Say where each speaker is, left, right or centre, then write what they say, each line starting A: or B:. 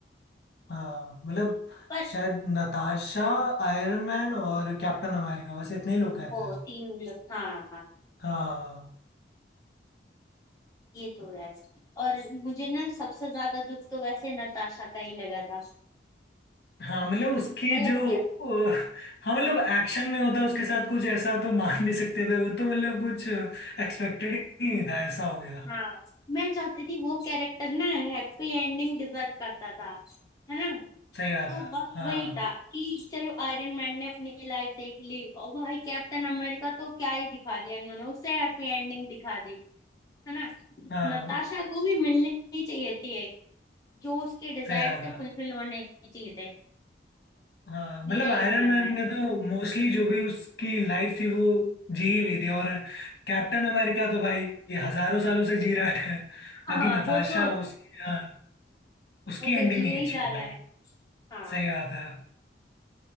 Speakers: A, on the left; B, on the left.
A: हाँ मतलब
B: पर
A: शायद नताशा आयरन मैन और कैप्टन अमेरिका बस इतने ही लोग गए
B: वो
A: थे
B: तीनों लग हाँ हाँ
A: हाँ
B: ये तो है और मुझे ना सबसे ज्यादा दुख तो वैसे नताशा का ही लगा था
A: हाँ मतलब उसकी
B: गलत
A: जो
B: किया
A: अ, हाँ मतलब एक्शन में होता उसके साथ कुछ ऐसा तो मान भी सकते थे वो तो मतलब कुछ एक्सपेक्टेड ही नहीं था ऐसा हो गया
B: हाँ मैं चाहती थी वो कैरेक्टर ना हैप्पी एंडिंग डिजर्व करता था है ना
A: सही बात
B: तो
A: है
B: बस
A: हाँ
B: वही था कि चलो आयरन मैन ने अपनी लाइफ देख ली और भाई कैप्टन अमेरिका तो क्या ही दिखा दिया इन्होंने उससे हैप्पी एंडिंग दिखा दी है ना
A: हाँ
B: नताशा को भी मिलनी ही चाहिए थी एक जो उसके डिजायर
A: सही बात
B: से
A: है
B: फुलफिल होने चाहिए थे
A: हाँ मतलब
B: मेरा यही
A: आयरन
B: मानना
A: मैन
B: है
A: ने तो मोस्टली जो भी उसकी लाइफ थी वो जी ही ली थी और कैप्टन अमेरिका तो भाई ये हजारों सालों से जी रहा है
B: हाँ
A: बाकी नताशा
B: वो तो
A: उसकी हाँ उसकी
B: वो तो
A: एंडिंग
B: जिए
A: नहीं
B: ही
A: अच्छी
B: जा
A: हो
B: रहा
A: पाई
B: है हाँ
A: सही बात है